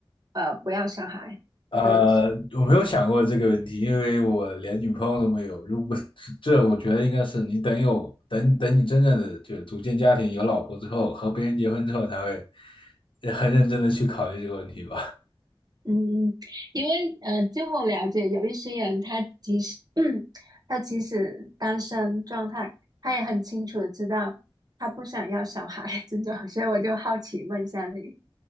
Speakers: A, on the right; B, on the left.
A: 呃不要小孩这种？
B: 呃，我没有想过这个问题，因为我连女朋友都没有。如果 <laughs> 这，我觉得应该是你等有等等你真正的就组建家庭、有老婆之后，和别人结婚之后，才会很认真的去考虑这个问题吧。
A: 嗯，因为呃，据我了解，有一些人他即使 <clears throat> 他即使单身状态，他也很清楚的知道他不想要小孩这种，所以我就好奇问一下你，